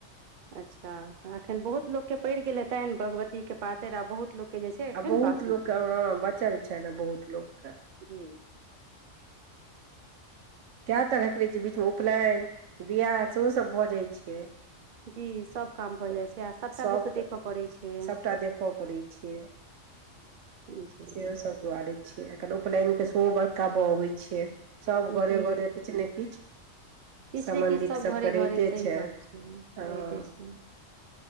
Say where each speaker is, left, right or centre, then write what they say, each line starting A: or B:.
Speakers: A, on the right; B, on the right.
A: अच्छा एखन बहुत लोकके पड़ि गेल हेतनि भगवतीक के पातरि आ बहुत लोक जे छै एखन
B: आ बहुत
A: बाँकी
B: लोकके
A: अइ
B: हां बचल छ ने बहुत लोकके
A: जी
B: कए तरहके रहैत छै बीचमे उपनयन बियाह सेहोसभ भऽ जाइत छै
A: जी सभ काम भऽ
B: तऽ
A: जाइ छै आ सभटा
B: सभके
A: लोकके देखय पड़ै छै
B: सभटा देखय पड़ै छीये
A: जी
B: सेहोसभ दुआरैत छियै एखन उपनयनके सेहो बड़का बाउ होइ छै सभ
A: जी
B: घरे घरे किछु ने किछु
A: किछु
B: सम्बन्धित
A: ने किछु सभ
B: सभके
A: घरे
B: रहिते
A: घरे सही
B: छै
A: गप रहिते
B: हँ
A: छै